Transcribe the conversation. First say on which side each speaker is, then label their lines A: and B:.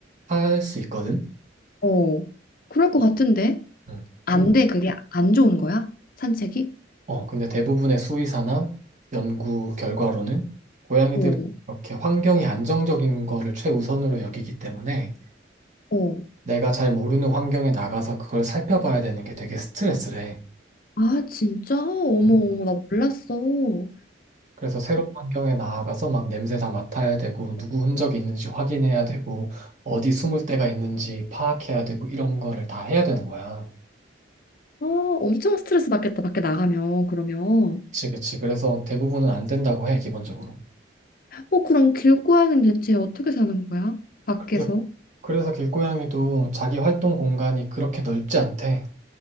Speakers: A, on the right; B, on the left.
A: 할 수 있거든.
B: 어, 그럴 것 같은데?
A: 음, 근데
B: 안 돼, 그게 안 좋은 거야? 산책이?
A: 어 근데 대부분의 수의사나 연구 결과로는 고양이들은
B: 어,
A: 이렇게 환경이 안정적인 거를 최우선으로 여기기 때문에
B: 어.
A: 내가 잘 모르는 환경에 나가서 그걸 살펴봐야 되는 게 되게 스트레스래.
B: 아, 진짜? 어머,
A: 음.
B: 어머, 나 몰랐어. 어,
A: 그래서 새로운 환경에 나아가서 막 냄새 다 맡아야 되고, 누구 흔적이 있는지 확인해야 되고, 어디 숨을 데가 있는지 파악해야 되고, 이런 거를 다 해야 되는 거야.
B: 아, 엄청 스트레스 받겠다, 밖에 나가면, 그러면.
A: 그치, 그치. 그래서 대부분은 안 된다고 해, 기본적으로.
B: 어, 그럼 길고양이는 대체 어떻게 사는 거야? 밖에서?
A: 그래서, 그래서 길고양이도 자기 활동 공간이 그렇게 넓지 않대.